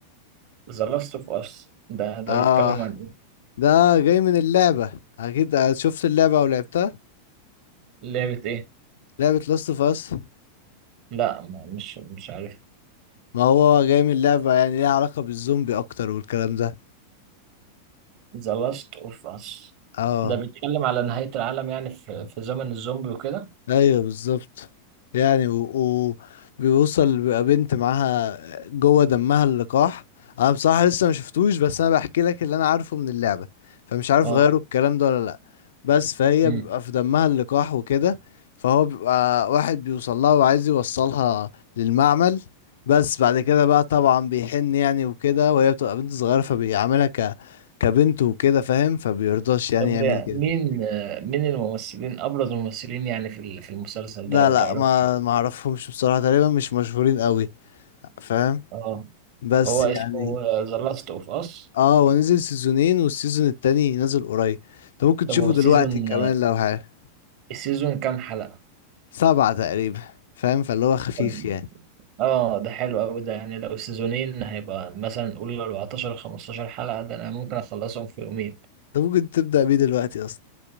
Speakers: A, on the right (about 45°); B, on the left (about 60°).
A: ذا لاست اوف اس ده ده
B: اه
A: بيتكلم عن ايه
B: ده جاي من اللعبة اكيد آه، شفت اللعبة او لعبتها
A: لعبة ايه
B: لعبة لاست اوف اس
A: لا ما- مش مش عارف
B: ما هو جاي من اللعبة يعني ليها علاقة بالزومبي اكتر والكلام ده
A: ذا لاست اوف اس
B: اه
A: ده بيتكلم على نهاية العالم يعني في في زمن الزومبي وكده
B: ايوه بالظبط يعني و... وبيوصل بيبقى بنت معاها جوه دمها اللقاح انا بصراحه لسه ما شفتوش بس انا بحكي لك اللي انا عارفه من اللعبه فمش عارف
A: اه
B: غيروا الكلام ده ولا لا بس فهي
A: مم.
B: بيبقى في دمها اللقاح وكده فهو بيبقى واحد بيوصل لها وعايز يوصلها للمعمل بس بعد كده بقى طبعا بيحن يعني وكده وهي بتبقى بنت صغيره فبيعاملها ك... كبنت وكده فاهم فبيرضاش يعني
A: طب
B: يعمل كده
A: مين آه، مين الممثلين ابرز الممثلين يعني في ال- في المسلسل
B: لا
A: ده لو
B: لا
A: تعرف
B: ما ما اعرفهمش بصراحة تقريبا مش مشهورين قوي فاهم
A: اه
B: بس
A: هو اسمه
B: يعني
A: ذا لاست اوف اس
B: اه هو نزل سيزونين والسيزون التاني نزل قريب انت ممكن
A: طب
B: تشوفه
A: هو السيزون
B: دلوقتي كمان لو حاجة
A: السيزون كام حلقة
B: سبعة تقريبا فاهم فاللي هو خفيف
A: طب
B: يعني
A: اه ده حلو قوي ده يعني لو سيزونين هيبقى مثلا نقول 14 15 حلقة ده انا ممكن اخلصهم في يومين
B: انت ممكن تبدأ بيه دلوقتي اصلا